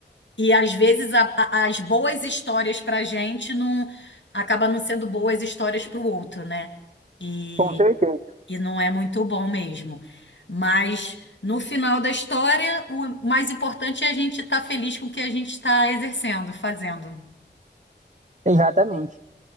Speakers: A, on the left; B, on the right.
A: e às vezes a- a- as boas histórias pra gente não acaba não sendo boas histórias pro outro, né? E,
B: Com certeza.
A: e não é muito bom mesmo. Mas no final da história, o mais importante é a gente estar feliz com o que a gente está exercendo, fazendo.
B: Exatamente.